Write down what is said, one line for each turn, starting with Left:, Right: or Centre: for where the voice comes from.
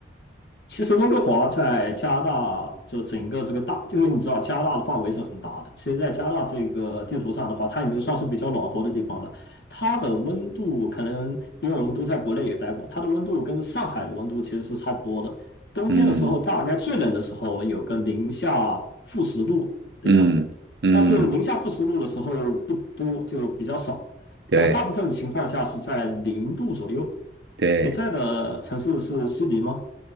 Left: 其实温哥华在加拿大，就整个这个大，因为你知道加拿大的范围是很大的。其实，在加拿大这个地图上的话，它已经算是比较暖和的地方了。它的温度可能，因为我们都在国内也待过，它的温度跟上海的温度其实是差不多的。冬天的时候，
Right: 嗯
Left: 大概最冷的时候有个零下负十度的样子，
Right: 嗯嗯，
Left: 但是零下负十度的时候不多，就比较少。
Right: 对
Left: 但大部分情况下是在零度左右。
Right: 对，
Left: 你在的城市是悉尼吗？